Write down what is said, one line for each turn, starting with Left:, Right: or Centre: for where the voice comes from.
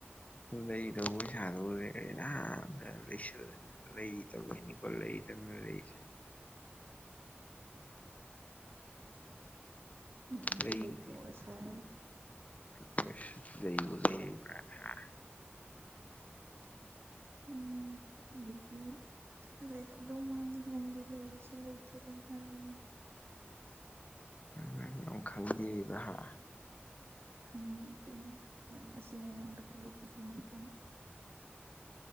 Left: ꯂꯩꯅꯕ ꯄꯩꯁꯥꯗꯨꯕꯨ ꯂꯩꯔꯗꯤ ꯅꯍꯥꯟꯅ ꯂꯨꯁꯜꯂꯅꯤ ꯂꯩꯗꯕꯒꯤꯅꯤ ꯂꯩꯗꯅ ꯂꯩꯔꯤꯁꯦ
Right: ꯌꯥꯝ ꯊꯤ
Left: ꯂꯩ
Right: ꯂꯩꯇꯕ
Left: ꯂꯩꯕꯨ <unintelligible>
Right: ꯁꯥꯏ
Left: <unintelligible> <unintelligible> ꯂꯩꯕꯨ ꯂꯩꯕ꯭ꯔꯥꯅꯦ ꯍꯥ
Right: ꯑꯝ <inaudible> ꯂꯩꯔꯝ ꯗꯧ ꯃꯥꯜꯂꯤ ꯅꯪꯗꯤ ꯂꯩꯔꯁꯨ ꯂꯩꯇꯦ ꯑꯗꯨꯝ ꯍꯥꯏꯕꯅꯤꯅ
Left: ꯅꯪꯅꯃꯨꯛ ꯈꯪꯕꯤꯔꯤꯕ ꯍꯥ
Right: ꯈꯪꯉꯤ ꯀꯩꯅꯣ ꯅꯪ ꯉꯁꯤ ꯉꯔꯥꯡꯗ ꯄꯨꯜꯂꯛꯄꯁꯨ ꯅꯠꯇꯅ